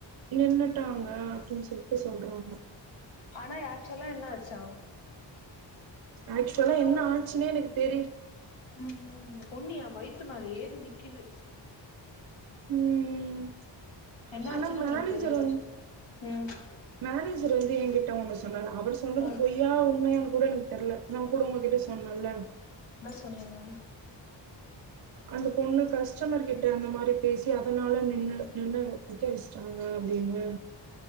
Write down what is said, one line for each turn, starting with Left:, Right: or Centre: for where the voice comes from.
Right: நின் டாங்க அப்டின் சொல்லிட்டு சொல்றாங்க
Left: ஆனா ஆக்சுவலா என்ன ஆச்சா
Right: ஆக்சுவலா
Left: அய்யய்யோ
Right: என்னா ஆச்சுன்னே எனக்கு தெரியில
Left: ம் இந்த பொண்ணு வயித்து மேல ஏறி நிக்கிது
Right: ம்
Left: என்ன
Right: ஆனா
Left: ஆச்சுன்னு உங்களுக்கு
Right: மேனேஜர்
Left: தெரில
Right: வந்
Left: ம்
Right: மேனேஜர் வந்து என்கிட்ட ஒண்ணு சொன்னாரு அவரு சொன்னது
Left: ம்
Right: பொய் யா உண்மையான்னு கூட எனக்கு தெர்ல நா கூட உங்ககிட்ட சொன்னல
Left: ப சொன்னீங்க
Right: அந்த பொண்ணு கஸ்டமர் கிட்ட அந்த மாரி பேசி அதனால நின் நின்ன நிக்கவச்டாங்க அப்டின்னு